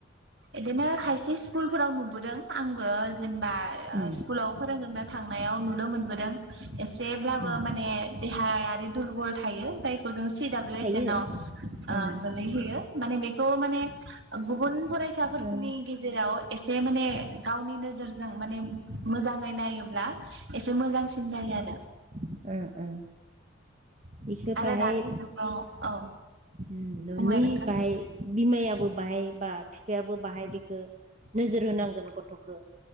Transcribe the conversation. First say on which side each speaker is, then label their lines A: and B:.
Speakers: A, on the right (about 60°); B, on the right (about 35°).
A: इदिनो खायसे स्कुलफोराव नुबोदों आंबो। जेनेबा ओ
B: उम
A: स्कुलाव फोरोंगोननो थांनायाव नुनो मोनबोदों एसेब्लाब फो
B: उम
A: माने देहायारि दुरबाऋ थायो जायखौ जों सिडाबलिउ
B: थायो
A: एस एन आव
B: उम
A: गोलैहोयो माने बेखौ माने गुबुन फरायसाफोरख
B: ओ
A: फोरनि गेजेराव एसे माने गावनि नोजोर ज जों माने मोजाङै नायोब्ला एसे मोजांसिन जायो आरो।
B: ओ बेखौ
A: आरो
B: बाहाय
A: दानि जुगाव औ।
B: उम न'नि
A: बुंलाय नोंथां
B: बाहाय बिमायाबो बाहाय बा बिफायाबो बाहाय बेखो नोजोर होनांगोन गथ'खो।